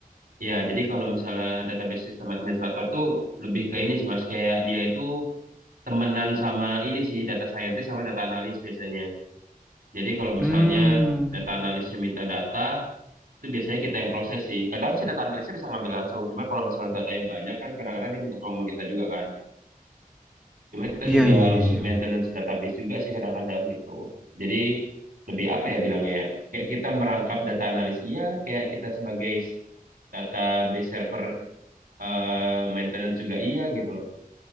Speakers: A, on the right (about 70°); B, in the centre.
A: Iya, jadi kalau misalnya database sistem administrator tuh lebih ke ini sih mas, kayak dia itu temenan sama ini sih, data scientist sama data analis biasanya. Jadi kalau misalnya
B: Hmm,
A: data analisnya minta data, itu biasanya kita yang proses sih. Kadang sih data analisnya bisa ngambil langsung, cuma kalau misalnya datanya banyak kan kadang-kadang dia minta tolong sama kita juga kan. Cuma kita
B: iya
A: juga
B: iya
A: harus
B: iya iya.
A: maintenance database juga sih kadang-kadang gitu. Jadi lebih apa ya bilangnya ya? Kayak kita merangkap data analis, iya. Kayak kita sebagai database server eh, maintenance juga iya gitu loh.